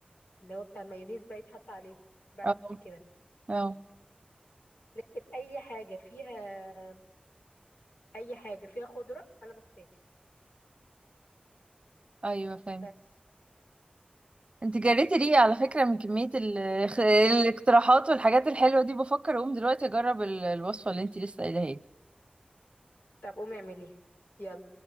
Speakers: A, on the left (about 85°); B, on the right (about 35°).
A: اللي هو بتاع المايونيز بقى يتحط عليه بس
B: اه
A: كده
B: اه
A: لكن اي حاجه فيها اي حاجه فيها خضره انا بحتاج
B: ايوه فاهم
A: بس
B: انت جريتي ريقي على فكرة من كمية ال- <laughs> الاقتراحات والحاجات الحلوة دي بفكر اقوم دلوقتي اجرب ال- الوصفة اللي انت لسه قايلها لي
A: طب قومي اعمليها يلا